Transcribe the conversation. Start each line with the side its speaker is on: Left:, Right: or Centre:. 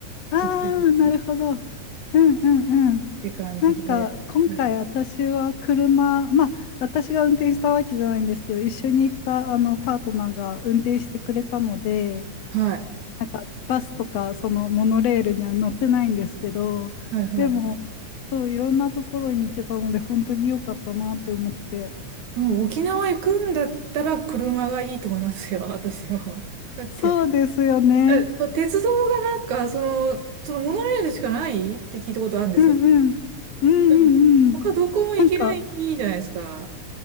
Left: あ
Right: 行ってるっ
Left: あ、なるほど。うんうんうん。
Right: て感じで、
Left: なんか、今回私は車、
Right: はい
Left: まあ、私が運転したわけじゃないんですけど、一緒に行ったあのパートナーが運転してくれたので、
Right: はい、
Left: なんかバスとかそのモノレールには乗ってないんですけど、
Right: はい、は
Left: でも、そう、いろんなところに行けたので、本当に良かったなって思って。
Right: い。もう沖縄行くんだったら車がいいと思いますよ、<laughs> 私も。だって、
Left: そうですよね。
Right: え鉄道がなんか、その、そのモノレールしかないって聞いたことあるんですよね。
Left: うんうん。うんうんうん。
Right: うん他どこも行けないじゃないですか、
Left: なんか、